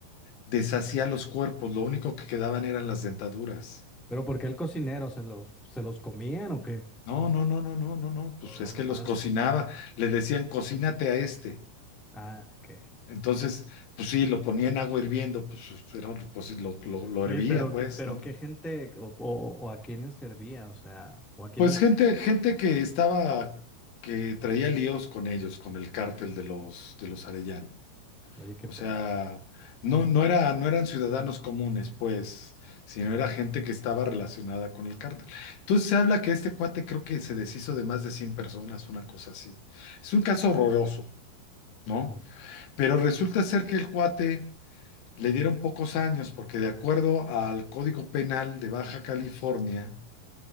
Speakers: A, on the left; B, in the centre.
A: deshacía los cuerpos. Lo único que quedaban eran las dentaduras.
B: ¿Pero por qué el cocinero se los, se los comían o qué?
A: No, no, no, no, no, no, no. Pues
B: O,
A: es
B: o nomás.
A: que los cocinaba. Le decían, cocínate a este.
B: Ah, ok.
A: Entonces, pues sí, lo ponía en agua hirviendo. Pues pues, era un coci- lo, lo, lo
B: Oye,
A: hervía,
B: pero,
A: pues,
B: qué- pero
A: ¿no?
B: qué gente o, o- o a quiénes servía, o sea, o a quiénes,
A: Pues gente, gente que estaba, que traía líos con ellos, con el cártel de los, de los arellanos.
B: oye, qué
A: O
B: fuerte.
A: sea, no, no era, no eran ciudadanos comunes, pues, sino
B: Ajá.
A: era gente que estaba relacionada con el cártel. Entonces se habla que este cuate creo que se deshizo de más de 100 personas, una cosa así. Es un caso horroroso, ¿no?
B: Ujú,
A: Pero resulta ser que el cuate le dieron pocos años, porque de acuerdo al Código Penal de Baja California,